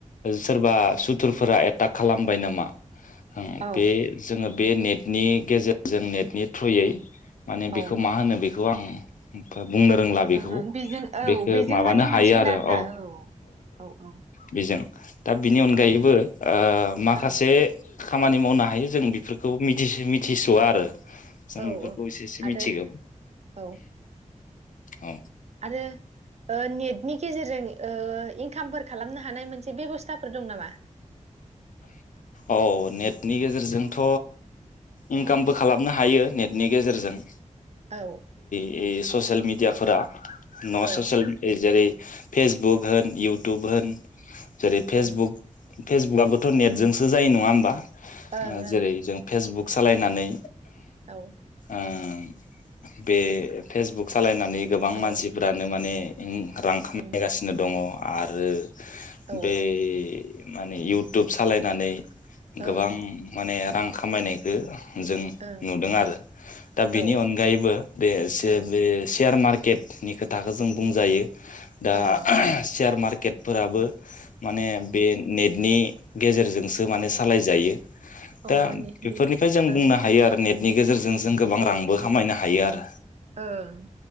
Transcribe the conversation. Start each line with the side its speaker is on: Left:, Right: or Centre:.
Left: सोरबा सुथुरफोरा एटाक खालामबाय नामा?
Right: औ
Left: बे जोङो बे नेटनि गेजेरजों नेटनि थ्रुयै माने
Right: ओं
Left: बेखौ मा होनो बे खौ आं बुंनो रोंला बेखौ।
Right: ओं बेजों औ
Left: बेखौ
Right: बेजों
Left: माबानो
Right: माने
Left: हायो
Right: मोनसिगोन
Left: आरो
Right: आरोना
Left: औ
Right: औ औ औ।
Left: बेजों दा बिनि अनगायैबो
Right: औ ओं
Left: ओ माखासे
Right: औ
Left: खामानि मावनो हायो जों बेफोरखौ मिथिसि मिथिस'आ आरो जों
Right: औ
Left: बेफोरखौ एसे एसे
Right: आरो
Left: मिथिगौा
Right: औ
Left: औ
Right: रो नेटनि गेजेरजों ओ इनकामफोर खालामनो हानाय मोनसे बेब'स्थाफोर दं नामा?
Left: औ नेटनि गेजेरजोंथ' इनकामबो
Right: ओं
Left: खालामनो हायो नेट नि गेजेरजों
Right: औ।
Left: ए ससियेल मिडियाफोरा ना
Right: औ ओं
Left: ससेयेल जेरै फेसबुक होन इउ टुब होन जेरै फेसबुक
Right: ओं
Left: फेसबुकआबो नेटजोंसो जायो नङा होनोमबा
Right: ओं ओं
Left: जेरै जों फेसबुक सालायनानै
Right: औ।
Left: ओं बे फेसबुक सालायना नि गोबां
Right: औ
Left: मानसिफ्रानो माने ओं रां खामायगासिनो
Right: ओं
Left: दङ'। आरो।
Right: औ
Left: बे माने। इउटुब सालायनानै। गोबां
Right: ओं
Left: माने रां खामायनायखौ जों
Right: ओं
Left: नुदों आरो दा बेनि
Right: औ
Left: अनगायैबो बे सेयार
Right: ओं
Left: बे सेयार मार्के केटनि खोथाखो जों बुंजायो। दा
Right: ओं
Left: सेयार मार्के केटफोराबो माने बे नेटनि गेजेरजो सो माने सालाय जायो
Right: ओं
Left: दा
Right: अ ने
Left: बेफोरनिफ्राय
Right: बे
Left: जों
Right: ओं
Left: बुंनो हायो आरो नेट नि गेजेरजों जों गोबां रांबो खामायनो हायो आरो
Right: ओं